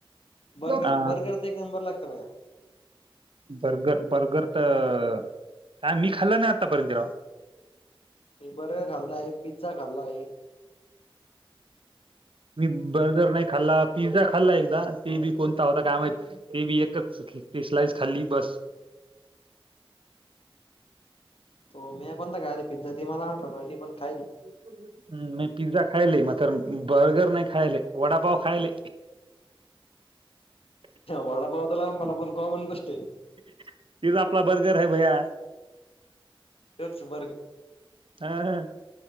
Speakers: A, on the left (about 80°); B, on the right (about 65°).
A: बर्गर
B: हा
A: बर्गर ते एक नंबर लागत बाया
B: बर्गर बर्गर तर काय मी खाल्लं नाही आतापर्यंत राह
A: म बर्गर खाल्ला आहे पिझ्झा खाल्ला आहे
B: मी बर्गर नाही खाल्ला पिझ्झा खाल्ला एकदा ते बी कोणता होता काय माहि ते बी एकच की स्लाइस खाल्ली बस
A: त मी कोणता कायला पिझ्झा ते मला आठवणार पण खायली
B: हम्म म पिझ्झा खाले मात्र बर्गर नाही खाले वडापाव खाले <inaudible>
A: वाडा पावतला आ मला पण कॉमन गष्ट आहे
B: तिच आपला बर्गर आहे भैया
A: तोच बर्गर
B: हा ह